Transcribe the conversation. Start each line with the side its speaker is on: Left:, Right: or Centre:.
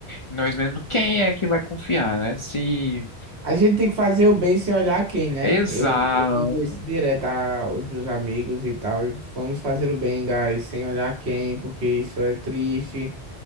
Left: em nós mesmos, quem é que vai confiar, né? Se
Right: A gente tem que fazer o bem sem olhar quem, né?
Left: exato,
Right: Eu, eu digo isso direto aos meus amigos e tal. e Vamos fazer o bem, guys, sem olhar quem, porque isso é triste.